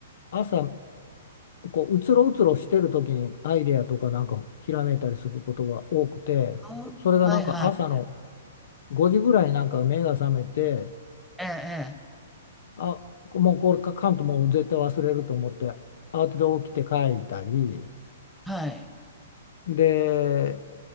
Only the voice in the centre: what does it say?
ああ、
はいはい。
ええ、ええ。
はい。